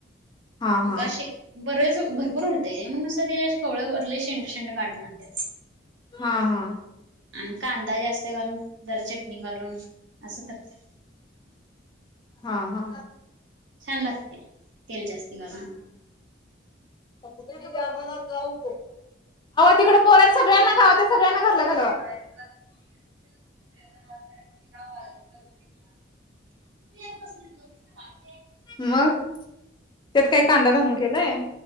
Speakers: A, on the left (about 25°); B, on the right (about 80°).
A: हा
B: मग
A: हा
B: असे बरेच भरपूर उठते ये ते मग असं ते कवळ्या वरवरले शेंड शेंड काढून आणते.
A: हा हा.
B: आणि कांदा जास्त घालून जरा चटणी घालून असं करते.
A: हा हा
B: छान लागत्या, तेल जास्ती घालून.
A: आलो तिकडे पोर आहेत सगळ्यांना कावा. सगळ्यांना घरला
B: <unintelligible>
A: घाल
B: <unintelligible>
A: मग त्यात काय कांदा घालून केलाय.